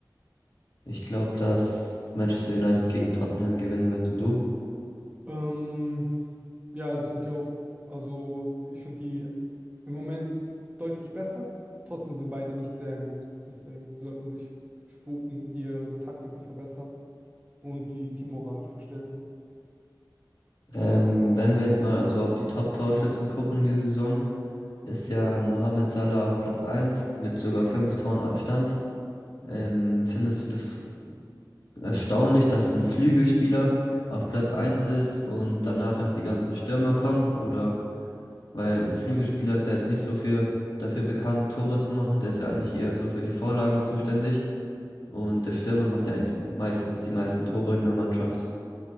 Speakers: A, on the left (about 65°); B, on the right (about 20°).
A: ich glaube, dass Manchester United gegen Tottenham gewinnen wird. Und du?
B: Ähm, ja, das finde ich auch. Also ich finde die im Moment deutlich besser. Trotzdem sind beide nicht sehr gut. Deswegen sollten sich sputen, ihre Taktiken verbessern und die Teammoral verstärken.
A: Ähm, wenn wir jetzt mal so auf die Top-Torschützen gucken, die Saison, ist
B: Ja.
A: ja Mohamed Salah auf Platz eins mit sogar 5 Toren Abstand. Ähm, findest du das erstaunlich, dass ein Flügelspieler auf Platz eins ist und danach erst die ganzen Stürmer kommen? Oder weil ein Flügelspieler
B: Ähm,
A: ist ja jetzt nicht so für dafür bekannt, Tore zu machen, der ist ja eigentlich eher so für die Vorlagen zuständig. Und der Stürmer macht ja eigentlich meistens die meisten Tore in der Mannschaft.